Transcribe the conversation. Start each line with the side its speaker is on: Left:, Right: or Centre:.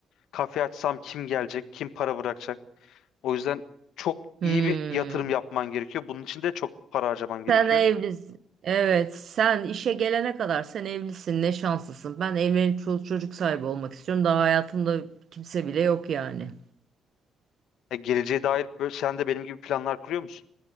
Left: Kafe açsam kim gelecek, kim para bırakacak? O yüzden çok
Right: hmm.
Left: iyi bir yatırım yapman gerekiyor. Bunun için de çok para harcaman gerekiyor.
Right: Sen evlisin. Evet, sen işe gelene kadar sen evlisin. Ne şanslısın. Ben evlenip çoluk çocuk sahibi olmak istiyorum. Daha hayatımda kimse bile yok yani.
Left: E, geleceğe dair böyle, sen de benim gibi planlar kuruyor musun?